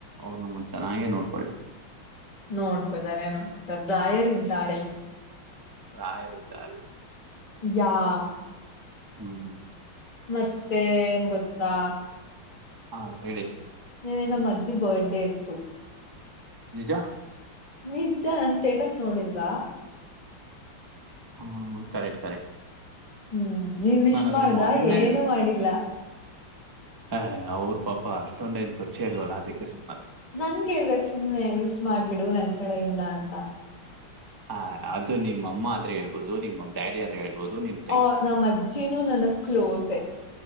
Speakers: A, on the right; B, on the left.
A: ಅವ್ರ ನಮ್ಮನ್ನ ಚೆನ್ನಾಗೆ ನೋಡ್ಕೊಳ್ಳಿ.
B: ನೋಡ್ಕೋತಾರೆ- ನೋಡ್ಕೊತಾರ ರಾಯರಿದ್ದಾರೆ.
A: ರಾಯರಿದ್ದಾರೆ
B: ಯಾ <inaudible>
A: ಹ್ಮ್ <unintelligible>
B: ಮತ್ತೇನ್ ಗೊತ್ತಾ
A: ಹಾ, ಹೇಳಿ-
B: ನಿನ್ನೆನಮ್ಮ ಅಜ್ಜಿ ಬರ್ಡೇ ಇತ್ತು.
A: ನಿಜಾ <inaudible>
B: ನಿಜ್ಜಾ ನಿನ್ ಸ್ಟೇಟಸ್ ನೋಡಿಲ್ವಾ.
A: ಹ್ಮ್, ಕರೆಕ್ಟ್ -ಕರೆಕ್ಟ್
B: ಹ್ಮ್, ನೀನ್ ವಿಶ್
A: ನಾನು ಅದನ್ನ
B: ಮಾಡ್ದ
A: ಮೊನ್ನೆ
B: ಏನು ಮಾಡಿಲ್ಲ.
A: ಹ ಅವ್ರ ಪಾಪ ಅಷ್ಟೊಂದ ಎನ್ ಪರಿಚಯ ಇಲ್ವಲ್ಲ ಅದಕ್ಕೆ ಸುಮ್ಮನಾದೆ.
B: ನನ್ಗೆ ಹೇಳ್ಬೇಕ್ ಸುಮ್ನೆ ವಿಸ್ ಮಾಡ್ಬಿಡು ನನ್ ಕಡೆಯಿಂದ ಅಂತ. -
A: ಹಾ, ಅದು ನಿಮ್ಮ ಅಮ್ಮ ಆದ್ರೆ ಹೇಳ್ಬೋದು. ನಿಮ್ಮ ಡ್ಯಾಡಿ ಆದ್ರೆ ಹೇಳ್ಬೋದು ನಿಮ್ಮ
B: ಆ ನಮ್ಮ್ ಅಜ್ಜಿನೂ ನನಗ್ ಕ್ಲೋಸೆ,